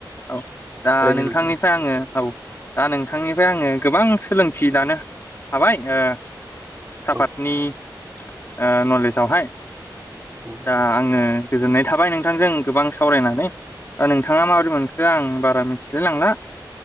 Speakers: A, on the left; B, on the right.
A: औ दा
B: थारैनो
A: नोंथांनिफ्राय
B: नोंथां
A: आङो औ दा नोंथांनिफ्राय आङो गोबां सोलोंथि लानो हाबाय ओ सापातनि
B: औ
A: ओ नलेजावहाय
B: औ
A: दा आङो गोजोननाय थाबाय नोंथांजों गोबां सावरायनानै दा नोंथाङा माबोरै मोनखो आं बारा मिथिलाय लांला